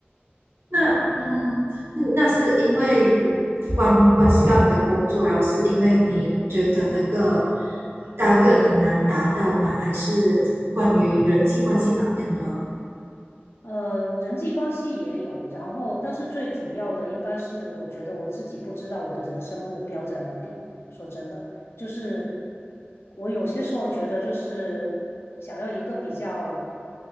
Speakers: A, on the right; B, on the left.
A: <laughs> 那嗯，那那是因为嗯关关系到你的工作，然后是因为你觉得那个
B: 嗯，
A: t 个很难达到吗？还是关于人际关系方面呢？
B: 呃，人际关系也有，然后，但是最主要的应该是，我觉得我自己不知道我的人生目标在哪里。说真的，就是我有些时候觉得，就是想要一个比较